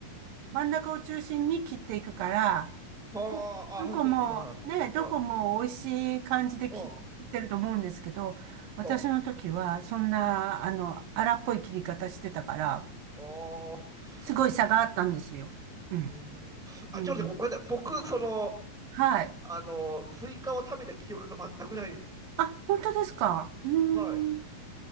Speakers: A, on the right; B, in the centre.
A: 真ん中を中心に切っていくから、
B: はあ、
A: ど、どこも、
B: あ、そうそうだ。
A: ね、どこも美味しい感じで切、
B: うん。うん。
A: 切ってると思うんですけど、
B: はあ。
A: 私の時はそんな、あの、荒っぽい切り方してたから、
B: ああー。
A: すごい差があったんですよ。うん。
B: うーん。あ、
A: うん。
B: ちょっと待って、ごごめんなさい。僕、その、
A: はい。
B: あの、スイカを食べた記憶が全くないです。
A: あ、本当ですか。うー
B: はい。
A: ん。